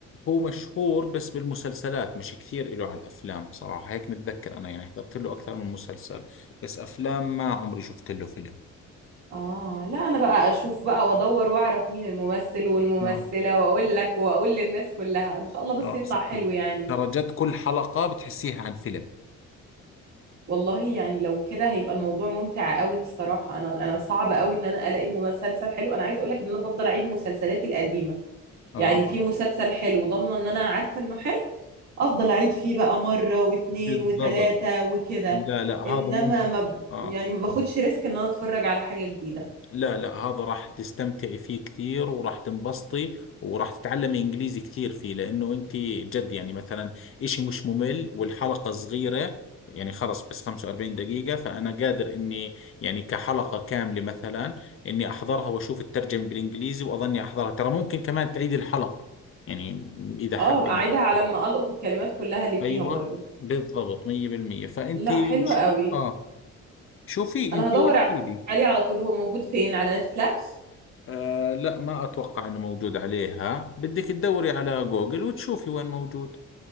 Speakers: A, on the left; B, on the right.
A: هو مشهور بس بالمسلسلات مش كثير إله على الأفلام بصراحة هيك متذكر أنا يعني حضرت له أكثر من مسلسل بس أفلام ما عمري شفت له فيلم
B: اه لا انا بقى اشوف بقى وادور واعرف مين الممثل والممثلة
A: آه
B: واقول لك واقول للناس كلها ان شاء الله بس
A: آه
B: يطلع
A: صح.
B: حلو يعني
A: ترى جد كل حلقة بتحسيها عن فيلم
B: والله يعني لو كده هيبقى الموضوع ممتع قوي الصراحة انا انا صعب قوي ان انا الاقي مسلسل حلو انا عايزة اقولك ان انا بفضل اعيد مسلسلاتي القديمة
A: آه
B: يعني في مسلسل حلو ضامنة ان انا عارفة انه حلو افضل اعيد فيه بقى مرة واتنين
A: بالضبط
B: وتلاتة وكده
A: لا لا هذا
B: انما
A: ممكن
B: ما ب...
A: آه
B: يعني ما باخدش ريسك ان انا اتفرج على حاجة جديدة
A: لا لا هذا راح تستمتعي فيه كثير وراح تنبسطي وراح تتعلمي انجليزي كثير فيه لانه انت جد يعني مثلا اشي مش ممل والحلقة صغيرة يعني خلص بس 45 دقيقة فأنا قادر إني يعني كحلقة كاملة مثلا إني أحضرها وأشوف الترجمة بالإنجليزي وأظني أحضرها ترى ممكن كمان تعيد الحلقة يعني إذا حابة
B: اه اعيدها
A: إنك
B: على ما القط الكلمات كلها اللي فيها
A: أيوة
B: برضو
A: بالضبط 100% فأنت
B: لا حلو
A: ش-
B: قوي
A: آه شوفي
B: انا
A: أنت
B: هدور
A: واحكي لي
B: عليه على طول هو موجود فين على نتفليكس
A: آه لا ما أتوقع أنه موجود عليها بدك تدوري على جوجل وتشوفي وين موجود